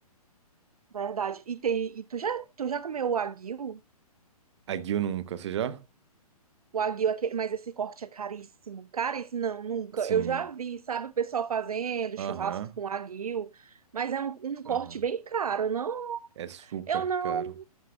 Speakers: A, on the right; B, on the right.
A: Verdade. E tem e tu já tu já comeu o wagyu?
B: A Guio nunca, você já?
A: O aguil, é que- mas esse corte é caríssimo. Caríssimo, não, nunca.
B: Sim.
A: Eu já vi, sabe, o pessoal fazendo
B: Aham,
A: churrasco com aguil, mas é um, um corte
B: aham.
A: bem caro, não?
B: É super
A: Eu não,
B: caro.